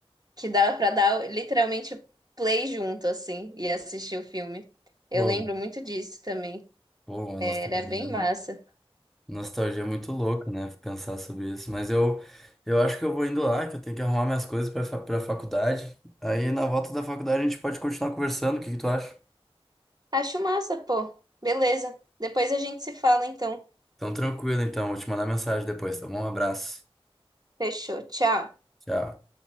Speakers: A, on the right; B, in the centre.
A: que dava pra dar literalmente o play junto, assim, e assistir o filme. Eu
B: Pô,
A: lembro muito disso também.
B: pô, uma
A: Era
B: nostalgia.
A: bem massa.
B: Nostalgia é muito louca, né? Pensar sobre isso. Mas eu, eu acho que eu vou indo lá, que eu tenho que arrumar minhas coisas pra, fa- pra faculdade. Aí na volta da faculdade a gente pode continuar conversando. O que que tu acha?
A: Acho massa, pô. Beleza. Depois a gente se fala, então.
B: Então, tranquilo, então. Vou te mandar mensagem depois, tá bom? Um abraço.
A: Fechou. Tchau.
B: Tchau.